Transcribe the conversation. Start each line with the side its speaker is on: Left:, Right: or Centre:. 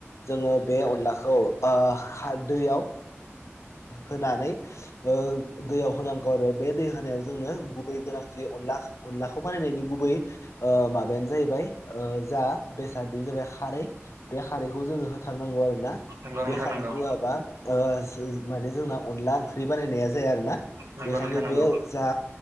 Left: जोङो बे अनलाखौ ओ खारदैयाव होनानै ओ दैयाव होनांगौ आरो बे दै होनायाव जोंनो गुबै गोनांथि अनला अनलाखौ बानायनायनि ओ गुबै माबायानो जाहैबाय ओ जा बेसाद बेनो जाहैबाय खारै बे खारैखौ जोङो होथारनांगौ आरो ना
Right: नंगौ नोंथां
Left: बे खारैखौ
Right: नंगौ नोंथां नंगौ
Left: होआबा ओ माने जोंना अनला ओंख्रि बानायनाया जाया आरो ना
Right: नंगौ
Left: बेखायनो
Right: नोंथां
Left: बे
Right: नंगौ
Left: जा